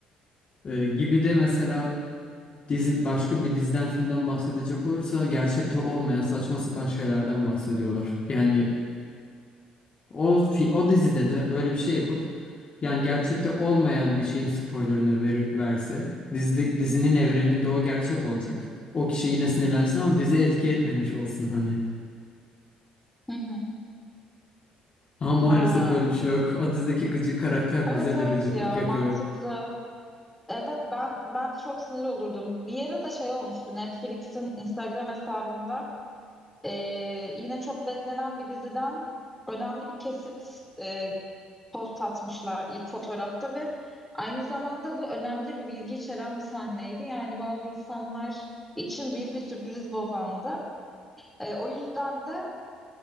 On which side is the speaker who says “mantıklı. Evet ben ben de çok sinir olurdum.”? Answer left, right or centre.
Centre